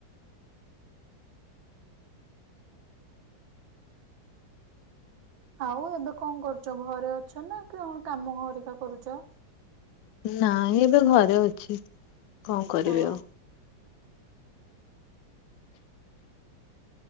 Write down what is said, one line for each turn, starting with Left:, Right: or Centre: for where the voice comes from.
Right: ଆଉ ଏବେ କଣ କରୁଚ? ଘରେ ଅଛ ନା କି କଣ କାମ ଘରିକା କରୁଚ?
Left: ନାଇଁ ଏବେ ଘରେ ଅଛି। କଣ କରିବି
Right: ହଁ
Left: ଆଉ।